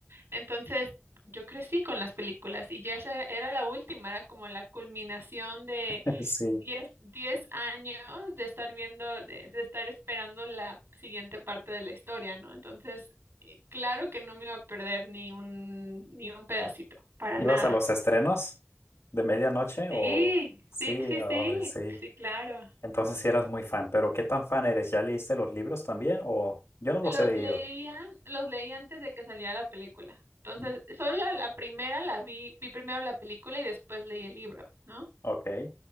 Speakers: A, on the right; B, on the left.
A: Entonces, yo crecí con las películas y ya esa era la última, era como la culminación de
B: <laughs> sí.
A: diez diez años de estar viendo, de, de estar esperando la siguiente parte de la historia, ¿no? Entonces, eh, claro que no me iba a perder ni un, ni un pedacito, para
B: ¿Ibas
A: nada.
B: a los estrenos de medianoche
A: Sí,
B: o sí,
A: sí, sí,
B: ay,
A: sí,
B: sí?
A: sí, claro.
B: Entonces sí eras muy fan, pero ¿qué tan fan eres? ¿Ya leíste los libros también o yo no los
A: Los
B: he leído?
A: leía, los leí antes de que saliera la película. Entonces,
B: Mm.
A: solo la, la primera la vi, vi primero la película y después leí el libro, ¿no?
B: Ok.